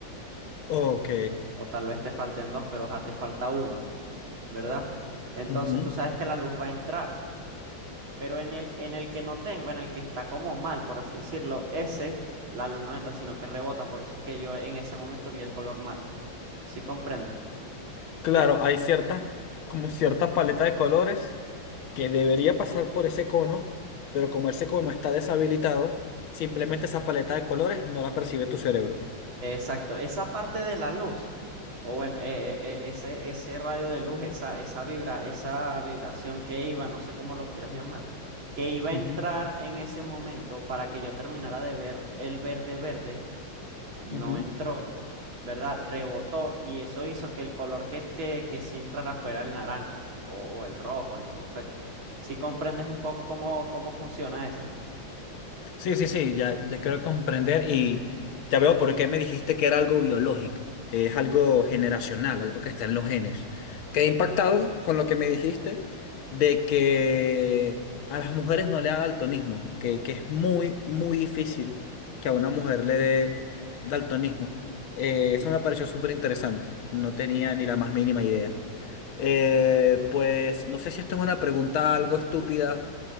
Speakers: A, on the left; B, on the right.
A: Ok.
B: o tal vez te falten dos, pero ya te falta uno, ¿verdad? Entonces
A: ujú.
B: tú sabes que la luz va a entrar, pero en el, en el que no tengo, en el que está como mal, por así decirlo, ese, la luz no entra, sino que rebota, por eso es que yo en ese momento vi el color mal. ¿Sí comprendes?
A: Claro, hay cierta, como cierta paleta de colores que debería pasar por ese cono, pero como ese cono está deshabilitado, simplemente esa paleta de colores no la percibe tu cerebro.
B: Exacto, esa parte de la luz, o bueno, eh, eh, eh, ese, ese rayo de luz, esa, esa vibra, esa vibración que iba, no sé cómo lo quieras llamar, que iba a
A: Ujú,
B: entrar en ese momento para que yo terminara de ver el verde verde, no
A: ujú.
B: entró, ¿verdad? Rebotó y eso hizo que el color que, que, que sí entrara fuera el naranja o, o el rojo en su defecto. Si comprendes un poco cómo, cómo funciona eso.
A: Sí, sí, sí, ya, ya quiero comprender y ya veo por qué me dijiste que era algo biológico, es algo generacional, algo que está en los genes. Quedé impactado con lo que me dijiste de que a las mujeres no le da daltonismo, que, que es muy, muy difícil que a una mujer le dé daltonismo. Eh, eso me pareció súper interesante, no tenía ni la más mínima idea. Eh, pues no sé si esto es una pregunta algo estúpida